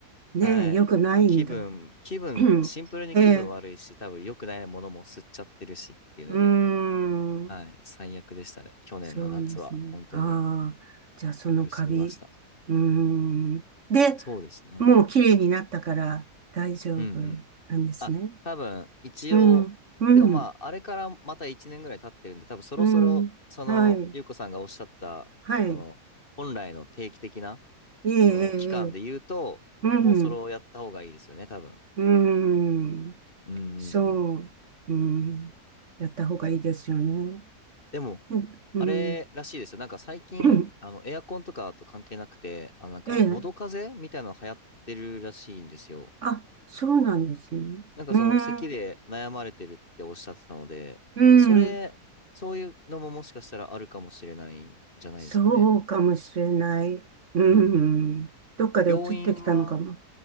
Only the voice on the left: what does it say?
はい。
もう気分、気分、
シンプルに気分悪いし、多分良くないものも吸っちゃってるしっていうので。
はい、最悪でしたね。去年の夏は本当に
苦しみました。
そうですね。
うんうん。あ、多分一応、
でもまあ、あれからまた1年ぐらい経ってるんで、多分そろそろ、
その、
ゆうこさんがおっしゃった、
その、本来の定期的な、
その、期間で言うと、
もうそれをやった方がいいですよね、多分。
うんうんうん。
でも、
あれらしいですよ。なんか最近、
あの、エアコンとかと関係なくて、あの、なんか、
喉風邪みたいなの流行ってるらしいんですよ。
なんかその咳で悩まれてるっておっしゃってたので、
それ、そういうのももしかしたらあるかもしれないんじゃないですかね。
うんうん。
病院は